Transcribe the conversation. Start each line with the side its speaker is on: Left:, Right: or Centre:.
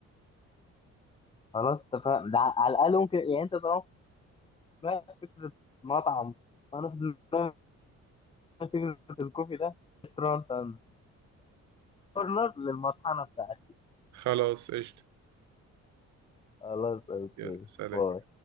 Left: خلاص اتفقنا ده ع- على الاقل ممكن يعني انت طالما في دماغك فكره مطعم وانا في دماغي فكره الكوفي ده ريستورانت اند كورنر للمطحنه بتاعتي
Right: خلاص قشطة
Left: خلاص اوكي
Right: يلا سلام
Left: باي